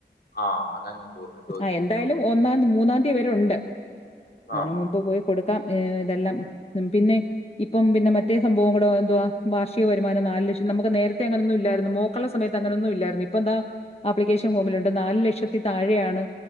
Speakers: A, on the left; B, on the left.
A: ആ അതാ ഞാൻ ചോ- ചോദിച്ചത്
B: ആ എന്തായാലും
A: ഓക്കെ
B: ഒന്നാം മൂന്നാം തീയതി വരെയുണ്ട് അതിന്
A: ആ
B: മുൻപ് പോയ്‌ കൊടുക്കാം ഇതെല്ലാം പിന്നെ ഇപ്പം പിന്നെ മറ്റേ സംഭവം കൂടെ എന്തുവാ വാർഷിക വരുമാനം നാല് ലക്ഷം നമ്മക്ക് നേരത്തെ അങ്ങനൊന്നുമില്ലാരുന്നു മോൾക്കുള്ള സമയത്ത് അങ്ങനെ ഒന്നുമില്ലാരുന്നു ഇപ്പം ദാ ആപ്ലിക്കേഷൻ ഫോമിലുണ്ട് നാല് ലക്ഷത്തി താഴെ ആണ്